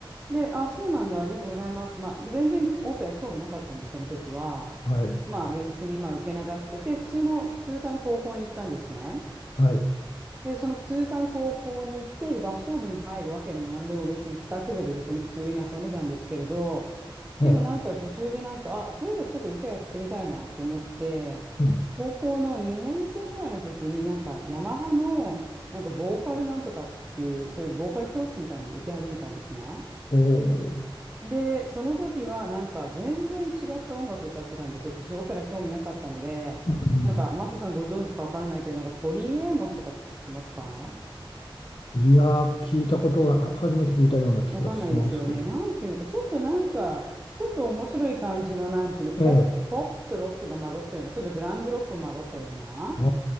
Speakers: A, on the right; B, on the left.
A: で、あ、そうなんだ、ありがとうございます。まあ、全然オペラ興味なかったんで、その時は。
B: はい。
A: まあ、別にまあ受け流してて、普通の、普通科の高校に行ったんですね。
B: はい。
A: で、その普通科の高校に行って、合唱部に入るわけでも何でも別に、帰宅部で別に普通に遊んでたんですけれど、
B: おう。
A: でもなんか途中でなんか、あ、そういえばちょっと歌やってみたいなと思って、
B: うん。
A: 高校の2年生ぐらいの時になんか、ヤマハの、なんかボーカルなんとかっていう、そういうボーカル教室みたいなのに行き始めたんですね。
B: おー
A: で、その時はなんか全然違った音楽歌ってたんですよ。私オペラ興味なかったので、
B: うん。うん
A: なんかマサさんご存知かわからないけど、なんかトリー・エイモスとかって知ってますか
B: いやー、聞いたことが、は初めて聞いたような気がしますけどね。
A: わかんないですよね。なんていうのか、ちょっとなんか、ちょっと面白い感じの、なんていうの、ポップ、
B: ええ。
A: ポップとロックが混ざったような、ちょっとグランジロックが混ざったような。
B: ああ、